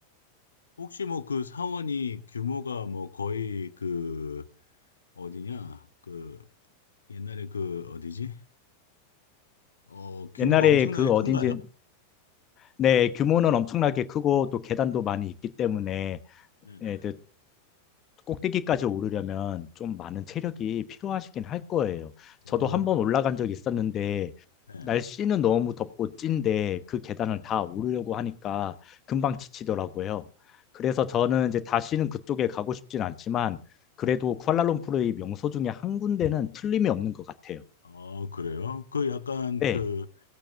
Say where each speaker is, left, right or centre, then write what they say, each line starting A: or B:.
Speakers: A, on the left; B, on the left.
A: 혹시 뭐 그 사원이 규모가 뭐 거의 그 어디냐? 그 옛날에 그 어디지? 어, 규모가
B: 옛날에
A: 엄청나게
B: 그 어딘지
A: 큰가요?
B: 네, 규모는 엄청나게 크고 또 계단도 많이 있기 때문에
A: 네네네.
B: 예, 그 꼭대기까지 오르려면 좀 많은 체력이 필요하시긴 할 거예요.
A: 오,
B: 저도 한 번 올라간 적이 있었는데
A: 네,
B: 날씨는 너무 덥고 찐데 그 계단을
A: 네네,
B: 다 오르려고 하니까 금방
A: 네.
B: 지치더라고요. 그래서 저는
A: 어,
B: 이제 다시는 그쪽에 가고 싶진 않지만 그래도
A: 네.
B: 쿠알라룸푸르의 명소 중에 한 군데는 틀림이 없는 것 같아요.
A: 아, 그래요? 그 약간
B: 네,
A: 그